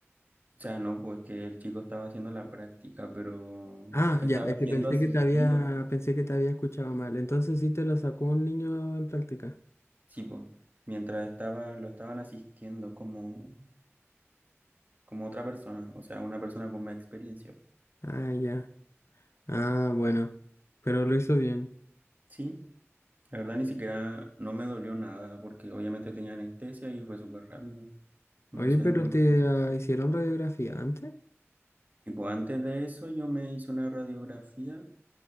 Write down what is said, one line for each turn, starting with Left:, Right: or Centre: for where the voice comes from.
Right: O sea, no, pues que el chico estaba haciendo la práctica, pero
Left: Ah,
Right: estaba
Left: ya, es que
Right: siendo
Left: pensé
Right: asistido,
Left: que te había, pensé que te había escuchado mal. Entonces sí te la sacó un niño en práctica.
Right: sí, pues, mientras estaba, lo estaban asistiendo como... como otra persona, o sea, una persona con más experiencia.
Left: Ah, ya. Ah, bueno, pero lo hizo bien.
Right: Sí, la verdad ni siquiera no me dolió nada porque obviamente tenía anestesia y fue súper rápido. No
Left: Oye,
Right: sé,
Left: pero
Right: muy-
Left: te ah, hicieron radiografía antes.
Right: tipo antes de eso yo me hice una radiografía